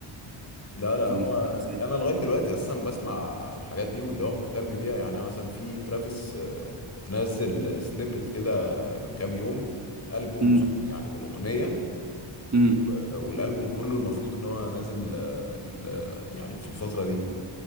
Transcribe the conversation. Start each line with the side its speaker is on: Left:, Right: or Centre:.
Left: لا لا
Right: كان
Left: هو
Right: من فترة زيادة
Left: انا لغايه دلوقتي اساسا بسمع الحاجات دي واللي هو مهتم بيها يعني انا مثلا في ترافيس آه، نزل سنيبت كده من كام يوم البوم
Right: امم
Left: ص- يعني من اغنيه
Right: امم
Left: و- والالبوم كله المفروض ان هو نازل آه، ال- آه، يعني في الفتره دي